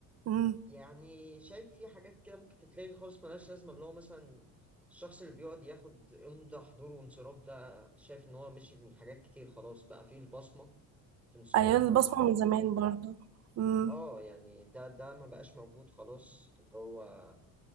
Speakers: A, on the right; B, in the centre.
A: امم
B: يعني شايف في حاجات كده ممكن تتلغي خالص ملهاش لازمه اللي هو مثلا الشخص اللي بيقعد ياخد امضى حضور وانصراف ده شايف ان هو مشي من حاجات كتير خلاص بقى فيه البصمه في انصراف
A: ايوه البصمه
B: وحضور
A: من زمان برضو امم
B: اه يعني ده ده ما بقاش موجود خلاص اللي هو